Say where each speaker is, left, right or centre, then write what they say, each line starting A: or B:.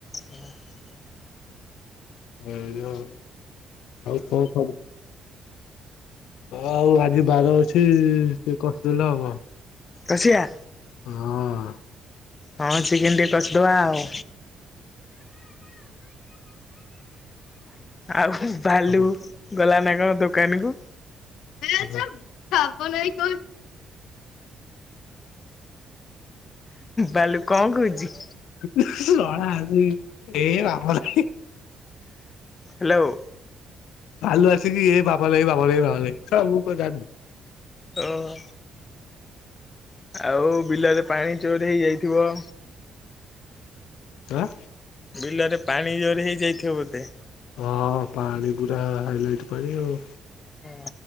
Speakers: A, on the left (about 30°); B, on the left (about 80°).
A: <inaudible>
B: <unintelligible> ଆଉ କଣ କହ? ଆଉ ଆଜି ବାର ଅଛି ଟିକେ କସିଦଲେ ହବ।
A: କସିଆ
B: ହଁ
A: ହଁ ଚିକେନ ଟିକେ କସିଦବା ଆଉ। ଆଉ ଭାଲୁ
B: ହଁ।
A: ଗଲା ନା କଣ ଦୋକାନୀ କୁ
B: ଆଛା ଭାବ ନାଇଁ ତ
A: ବାଲୁ କଣ କହୁଛି?
B: <unintelligible> ଏଇ ଆମର
A: ହାଲୋ।
B: ଭାଲୁ ଆସିକି ଏଇ ବାପା ନାଇଁ ବାଘ ନାଇଁ ବାଘ ନାଇଁ ଶଳା ମୁଁ କଣ ଜାଣିନି।
A: ହଁ ଆଉ ବିଲରେ ପାଣି ଜୋର ହେଇ ଯାଇଥିବ।
B: ଆଁ
A: ବିଲରେ ପାଣି ଜୋର ହେଇ ଯାଇଥିବ ବୋଧେ
B: ହଁ ପାଣି ପୁରା ହାଇଲାଇଟ ପାଣି ଆଉ।
A: ହ